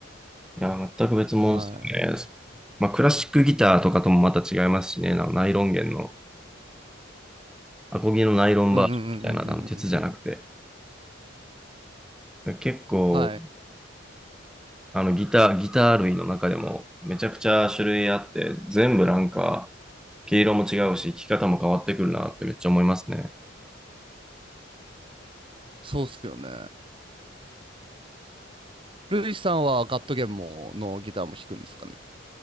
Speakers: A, in the centre; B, on the right.
A: いやー、全く別物ですね。
B: うん。はい。
A: まあ、クラシックギターとかともまた違いますしね。あのナイロン弦の、アコギのナイロンバージョンみたいな、
B: うんうんうんうんうんうんうん。
A: あの、鉄じゃなくて。結構、
B: はい。
A: あのギター、ギター類の中でもめちゃくちゃ種類あって、全部なんか、毛色も違うし、弾き方も変わってくるなってめっちゃ思いますね。
B: そうっすよね。ルイさんはガットゲームのギターも弾くんですかね。